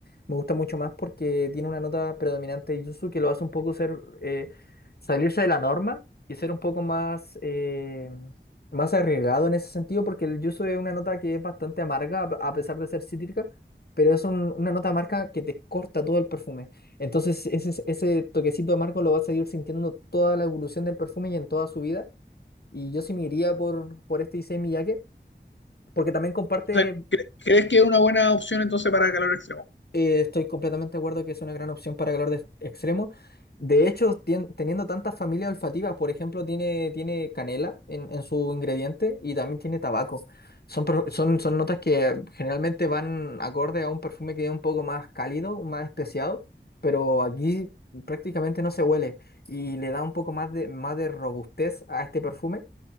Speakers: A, on the left (about 60°); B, on the left (about 80°).
A: Me gusta mucho más porque tiene una nota predominante de Yuzu que lo hace un poco ser eh, salirse de la norma y ser un poco más, eh, más arriesgado en ese sentido, porque el Yuzu es una nota que es bastante amarga, a a pesar de ser cítrica, pero es un- una nota amarga que te corta todo el perfume. Entonces ese, ese toquecito amargo lo vas a seguir sintiendo toda la evolución del perfume y en toda su vida. Y yo sí me iría por, por este Issei Miyake, porque también comparte.
B: O sea, cre- ¿crees que es una buena opción entonces para calor extremo?
A: Eh, estoy completamente de acuerdo que es una gran opción para calor de- extremo. De hecho, tien- teniendo tantas familias olfativas, por ejemplo, tiene, tiene canela en, en su ingrediente y también tiene tabaco. Son, per- son, son notas que generalmente van acorde a un perfume que es un poco más cálido, más especiado, pero aquí prácticamente no se huele y le da un poco más de, más de robustez a este perfume.